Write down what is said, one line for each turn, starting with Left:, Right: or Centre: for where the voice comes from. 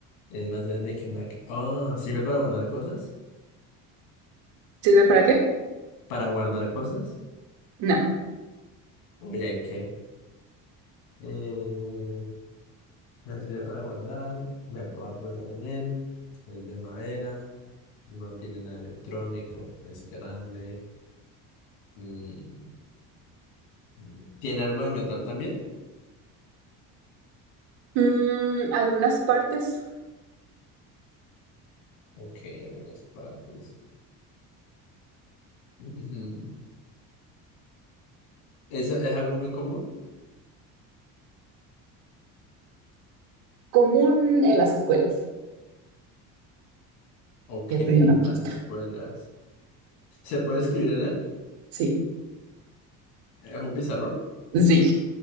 Left: es más grande que una... ca- Ah, ¿sirve para guardar cosas?
Right: ¿Sirve para qué?
Left: ¿Para guardar cosas?
Right: No.
Left: Uy, ¿ahí qué? Eh, me sirve para guardar, me puedo apoyar en él, es de madera, no tiene nada electrónico, es grande, mm, mm, ¿tiene algo de metal también?
Right: Mm, algunas partes
Left: Ok, algunas partes. <clears throat> Ujú. ¿Es, es algo muy común?
Right: común en las escuelas.
Left: Ok,
Right: Ya
Left: en
Right: pedí una pista.
Left: las escuelas. ¿Se puede escribir en él?
Right: Sí,
Left: ¿Es un pizarrón?
Right: sí.